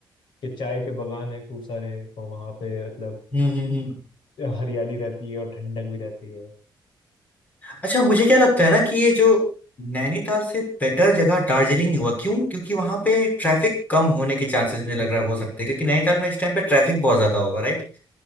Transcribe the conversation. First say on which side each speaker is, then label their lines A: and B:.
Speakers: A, on the left; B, on the left.
A: कि चाय के बगान है खूब सारे और वहां पे मतलब
B: हम्म हम्म हम्म।
A: हरियाली रहती है और ठंडक भी रहती है
B: अच्छा मुझे क्या लगता है ना कि ये जो नैनीताल से बेटर जगह दार्जिलिंग ही हुआ क्यों क्योंकि वहां पे ट्रैफिक कम होने के चांसेस मुझे लग रहा है हो सकते हैं क्योंकि नैनीताल में इस टाइम पे ट्रैफिक बहुत ज्यादा होगा right?